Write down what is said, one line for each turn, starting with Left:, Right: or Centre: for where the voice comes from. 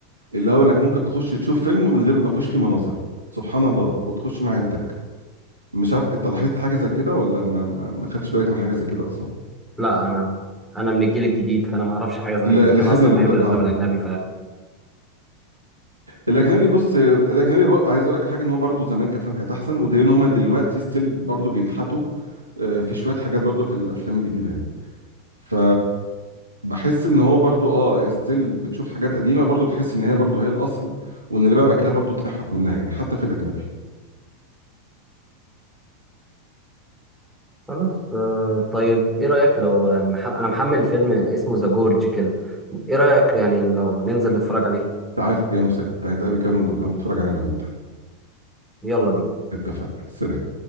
Right: اللي هو انك ممكن تخش تشوف فيلم من غير ما فيهوش فيه مناظر سبحان الله وتخش مع عيلتك مش عارف انت لاحظت حاجة زي كده ولا ما ما, ما خدتش بالك من حاجة زي كده اصلا
Centre: لا انا انا من الجيل الجديد فانا ما اعرفش حاجه زي
Right: اللي
Centre: كده
Right: اللي
Centre: انا
Right: خد
Centre: اصلا
Right: ال...
Centre: بحب الافلام
Right: اه
Centre: الاجنبي
Right: الاجنبي بص هي- الاجنبي بقى عايز اقول لك على حاجه ان هو برضه زمان كان فاهم كانت احسن وده ان هم دلوقتي ستيل برضه بينحتوا آه، في شويه حاجات برضه في الافلام الجديده يعني ف بحس ان هو برضو اه ستيل بتشوف حاجات قديمه برضو بتحس ان هي برضو هي الاصل وان اللي بقى بعد كده برضو اتنحت منها يعني حتى في الاجنبي
Centre: خلاص آه، طيب ايه رأيك لو آه، نح- انا محمل فيلم اسمه ذا جورج كده ايه رأيك يعني لو ننزل نتفرج عليه
Right: تعال يا موسى تعال نتقابل كده لو نتفرج علينا وانت
Centre: يلا بينا
Right: اتفقنا سلام